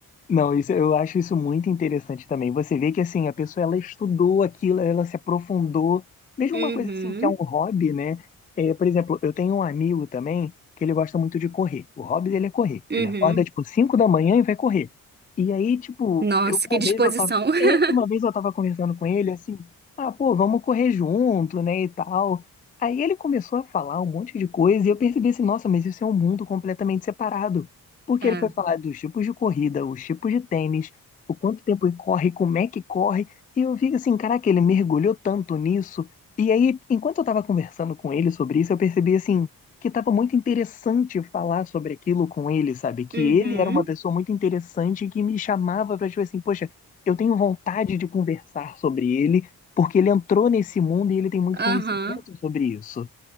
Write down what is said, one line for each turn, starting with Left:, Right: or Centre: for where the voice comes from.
Left: Não, isso, eu acho isso muito interessante também. Você vê que assim, a pessoa ela estudou aquilo, ela se aprofundou. Mesmo
Right: Uhum,
Left: uma coisa assim que é um hobby, né? É, por exemplo, eu tenho um amigo também que ele gosta muito de correr. O hobby dele é correr.
Right: uhum.
Left: Ele acorda tipo 5 da manhã e vai correr. E aí, tipo,
Right: Nossa,
Left: eu uma
Right: que disposição.
Left: vez eu tava,
Right: <laughs>
Left: é, uma vez eu tava conversando com ele assim, ah, pô, vamos correr junto, né, e tal. Aí ele começou a falar um monte de coisa e eu percebi assim, nossa, mas isso é um mundo completamente separado porque
Right: É.
Left: ele foi falar dos tipos de corrida, os tipos de tênis, o quanto tempo ele corre, como é que corre. E eu vi assim, caraca, ele mergulhou tanto nisso. E aí, enquanto eu tava conversando com ele sobre isso, eu percebi assim que tava muito interessante falar sobre aquilo com ele, sabe? Que
Right: Uhum,
Left: ele era uma pessoa muito interessante que me chamava pra tipo assim, poxa, eu tenho vontade de conversar sobre ele, porque ele entrou nesse mundo e ele tem muito conhecimento
Right: aham.
Left: sobre isso.